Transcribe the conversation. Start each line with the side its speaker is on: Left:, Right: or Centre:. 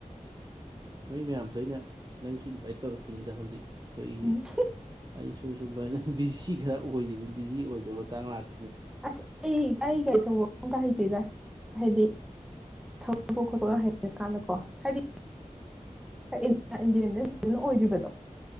Right: ꯅꯣꯏ ꯃꯌꯥꯝꯁꯨ ꯑꯩꯅ ꯅꯪꯁꯨ ꯏꯟꯚꯥꯏꯠ ꯇꯧꯔꯛꯈꯤꯅꯤꯗ ꯍꯧꯖꯤꯛ ꯑꯩꯈꯣꯏꯒꯤ
Centre: ꯎꯝ
Right: ꯑꯩꯁꯨ ꯁꯨꯝꯕ ꯍꯥꯏꯅ ꯕꯤꯖꯤ ꯈꯔ ꯑꯣꯏꯔꯤꯕꯅꯤ ꯕꯤꯖꯤ ꯑꯣꯏꯗꯕ ꯃꯇꯥꯡ ꯂꯥꯛꯇ
Centre: ꯑꯁ ꯑꯩ ꯑꯩ ꯀꯥꯏ ꯊꯧꯕꯣ <unintelligible> ꯀ ꯁꯤꯗ ꯍꯥꯏꯕꯤ ꯇꯧꯕ ꯈꯣꯠꯂꯒ
Right: ꯎꯝ
Centre: ꯍꯩꯔ ꯀꯥꯟꯗ ꯀꯣ ꯍꯥꯏꯔꯤ ꯏ
Right: ꯎꯝ
Centre: ꯏꯟꯗꯤꯔ ꯏ <unintelligible> ꯑꯣꯏꯖꯕꯗ